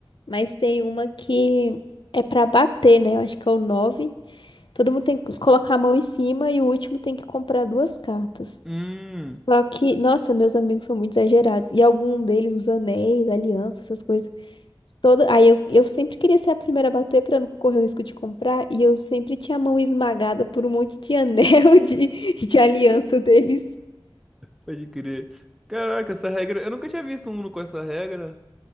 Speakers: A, on the left; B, in the centre.
A: mas tem uma que é pra bater, né? Eu acho que é o nove Todo mundo tem que colocar a mão em cima e o último tem que comprar duas cartas.
B: Hum,
A: Só que, nossa, meus amigos são muito exagerados. E algum deles, os anéis, alianças, essas coisas. Toda... Aí eu, eu sempre queria ser a primeira a bater pra não correr o risco de comprar. E eu sempre tinha a mão esmagada por um monte de anel <laughs> de, de aliança deles.
B: pode crer. Caraca, essa regra. Eu nunca tinha visto um Uno com essa regra.